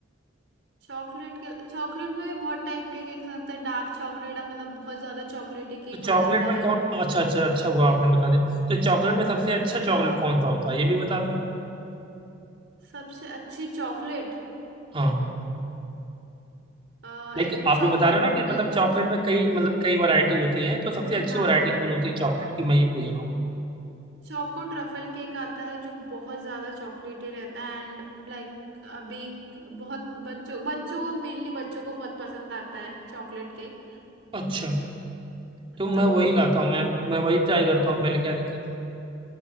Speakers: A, on the right; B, on the right.
A: चॉकलेट के चॉकलेट में भी बहुत टाइप के केक्स बनते हैं डार्क चॉकलेट मतलब बहुत ज्यादा चॉकलेटी केक
B: तो
A: हो
B: चॉकलेट
A: जाता
B: में
A: है
B: कौन अच्छा अच्छा अच्छा हुआ आपने बता दिया तो चॉकलेट में सबसे अच्छा चॉकलेट कौन सा होता है ये भी बता दो
A: सबसे अच्छी चॉकलेट
B: हाँ
A: अ,
B: लाइक
A: एक
B: आप
A: चोको
B: जो बता रहे
A: ट्रफल
B: हो ना कि मतलब चॉकलेट में कई मतलब कई वैरायटी होती है तो सबसे
A: जी
B: अच्छी
A: हाँ
B: वैरायटी
A: हाँ
B: कौन होती है चॉकलेट की मैं ये पूछ रहा हूँ
A: चोको ट्रफल केक आता है जो बहुत ज्यादा चॉकलेटी रहता है एंड लाइक अभी बहुत बच्चों बच्चों को मेनली बच्चों को बहुत पसंद आता है चॉकलेट केक
B: अच्छा तो मैं
A: तो
B: वही लाता हूँ मैं मैं वही ट्राई करता हूँ पहले क्या दिक्कत है